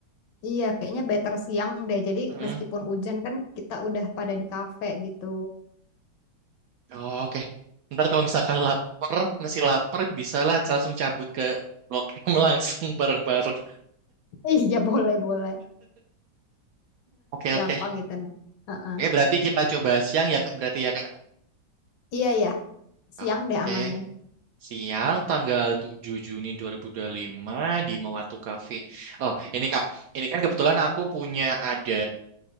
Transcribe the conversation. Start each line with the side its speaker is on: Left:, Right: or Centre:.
Left: Iya, kayaknya better siang deh. Jadi
Right: Hmm.
Left: meskipun hujan kan kita udah pada di kafe gitu.
Right: Oh, oke. Ntar kalau misalkan lapar, masih lapar, bisalah langsung cabut ke Blok M <laughs> langsung bareng-bareng.
Left: Iya boleh boleh.
Right: Oke, oke.
Left: Gampang itu. Nah. Heeh.
Right: Oke, berarti kita coba siang ya, Kak. Berarti ya, Kak.
Left: Iya ya, siang
Right: Oke.
Left: deh amannya.
Right: Siang tanggal tujuh Juni dua dua ribu dua puluh lima di Mewatu Cafe. Oh, ini Kak, ini kan kebetulan aku punya ada